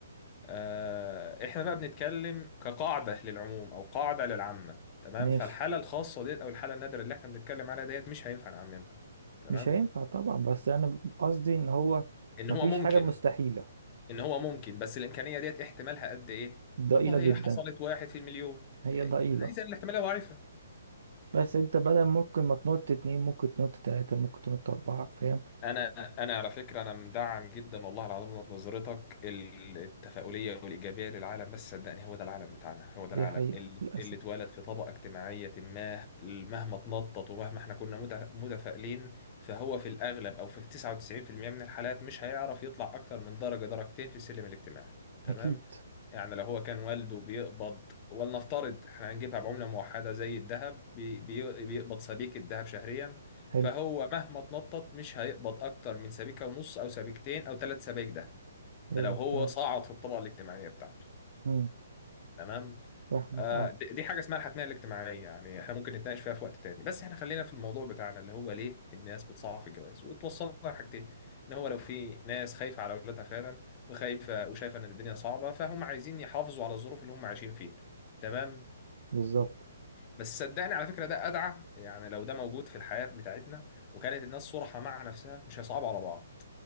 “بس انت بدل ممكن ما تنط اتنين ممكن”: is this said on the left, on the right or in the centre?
Right